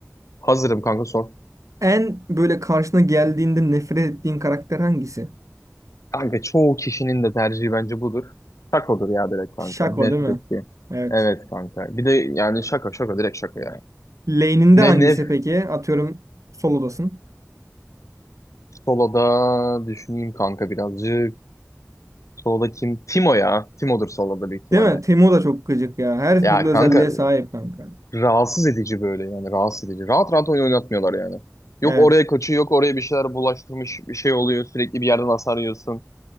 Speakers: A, on the left; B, on the right.
A: Hazırım kanka sor.
B: En böyle karşına geldiğinde nefret ettiğin karakter hangisi?
A: Kanka çoğu kişinin de tercihi bence budur. Şakodur ya direkt
B: Şako
A: kanka. Nefret
B: değil mi?
A: ettiğim.
B: Evet.
A: Evet kanka. Bir de yani şaka şaka direkt şaka yani.
B: Lane'inde
A: Ne
B: hangisi
A: ne
B: peki? Atıyorum solodasın.
A: solada düşüneyim kanka birazcık. Solda kim? Timo ya. Timo'dur solda büyük ihtimalle.
B: Değil mi? Teemo da çok gıcık ya. Her
A: Ya
B: türlü özelliğe
A: kanka
B: sahip kanka.
A: rahatsız edici böyle yani rahatsız edici. Rahat rahat oyun oynatmıyorlar yani. Yok
B: Evet.
A: oraya kaçıyor yok oraya bir şeyler bulaştırmış bir şey oluyor sürekli bir yerden hasar yiyorsun.